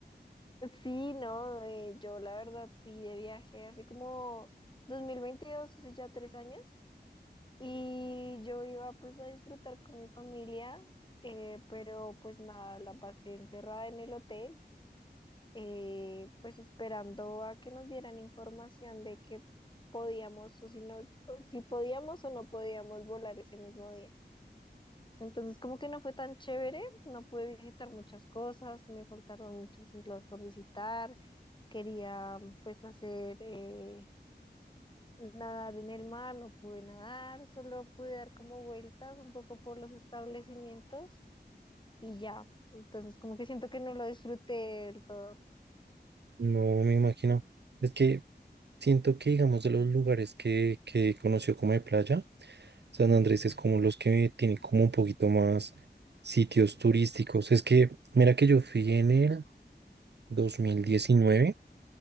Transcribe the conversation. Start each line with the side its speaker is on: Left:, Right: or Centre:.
Left: Sí, no, eh, yo la verdad fui de viaje hace como 2022, hace ya tres años, y yo iba pues a disfrutar con mi familia, eh, pero pues nada, la pasé encerrada en el hotel, eh, pues esperando a que nos dieran información de que podíamos o si no, o si podíamos o no podíamos volar ese mismo día. Entonces, como que no fue tan chévere, no pude visitar muchas cosas, me faltaron muchas islas por visitar, quería pues hacer eh, nadar en el mar, no pude nadar, solo pude dar como vueltas un poco por los establecimientos y ya. Entonces, como que siento que no lo disfruté del todo.
Right: No me imagino. Es que siento que, digamos, de los lugares que, que conoció como de playa, San Andrés es como los que tienen como un poquito más sitios turísticos. Es que, mira que yo fui en el 2019,